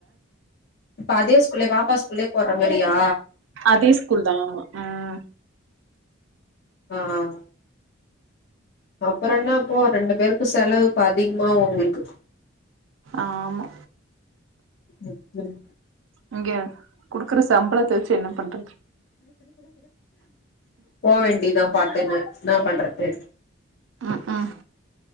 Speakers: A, on the left; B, on the right.
A: இப்ப அதே ஸ்கூல்லே பாப்பா ஸ்கூல்லே போடுற மாரியா
B: அதே ஸ்கூல் தா ஆமா ம்
A: ஆஹ் அப்பறோ என்ன இப்போ ரெண்டு பேருக்கு செலவு இப்ப அதிகமாவு உங்களுக்கு
B: ஆமா
A: ம் ம்
B: இங்க குடுக்குற சம்பளத்த வச்சு என்ன பண்றது
A: போவேண்டிதா பார்ட் டைம் வெர்க்ஸ் என்னா பண்றது
B: ம் ஹும்